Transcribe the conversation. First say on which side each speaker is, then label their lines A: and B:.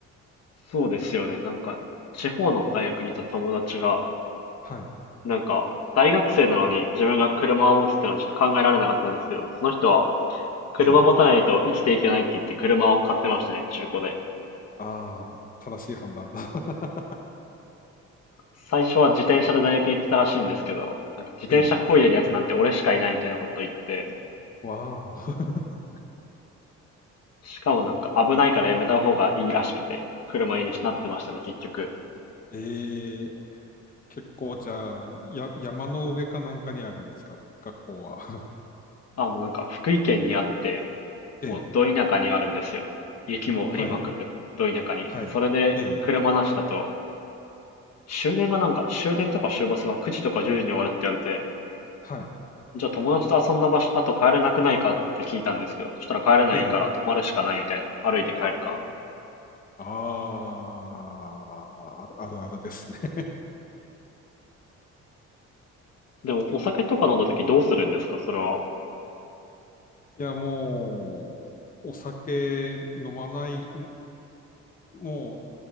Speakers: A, on the left (about 55°); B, on the left (about 30°).
A: そうですよね。なんか、地方の大学にいた友達が、
B: <laughs> はい。
A: なんか、大学生なのに自分が車を持つってのはちょっと考えられなかったんですけど、その人は車持たないと生きていけないって言って車を買ってましたね、
B: ええ。
A: 中古で。
B: ああ、正しい判断だ。<laughs>
A: 最初は自転車で大学に行ってたらしいんですけど、なんか自転車漕いでるやつなんて俺しかいないみたいなこと言って、
B: ええ。わあ。
A: しかもなんか危ないからやめた方がいいらしくて、車になってましたね、結局。
B: <laughs> ええ、結構、じゃあ、や、山の上かなんかにあるんですか学校は。<laughs>
A: あの、なんか福井県にあって、
B: ええ。
A: もうど田舎にあるんですよ。雪も降りまくる、
B: はい。
A: ど田舎に。
B: はい。
A: それで、
B: ええ。
A: 車なしだと、終電がなんか、終電とか終バスが9時とか10時に終わるって言われて、
B: はい。
A: じゃあ友達と遊んだ場所、あと帰れなくないかって聞いたんですけど、そしたら帰れないから泊まるしかないみたいな、
B: ええ。
A: 歩いて帰るか。
B: ああ、あるあるあるですね。<laughs>
A: でも、お酒とか飲んだ時どうするんですか、それは。
B: いや、もう、お酒飲まないも